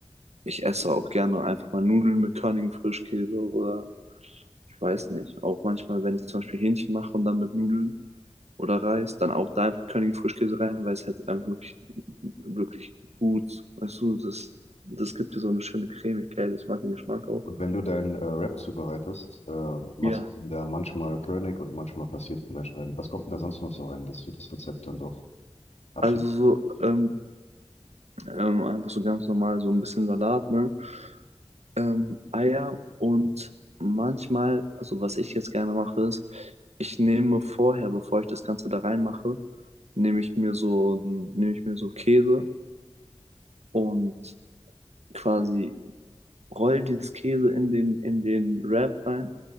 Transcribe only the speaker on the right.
ich esse auch gerne einfach mal Nudeln mit körnigem Frischkäse oder ich weiß nicht. Auch manchmal, wenn ich zum Beispiel Hähnchen mache und dann mit Nudeln oder Reis, dann auch da einfach körnigen Frischkäse rein, weil es halt einfach wirklich, wirklich gut, weißt du, das, das gibt dir so eine schöne Cremigkeit. Ich mag den Geschmack auch.
Ja.
Also so, ähm, ähm, einfach so ganz normal, so ein bisschen Salat, ne? ähm, Eier und manchmal, also was ich jetzt gerne mache, ist, ich nehme vorher, bevor ich das Ganze da reinmache, nehme ich mir so, nehme ich mir so Käse und quasi roll dieses Käse in den, in den Wrap rein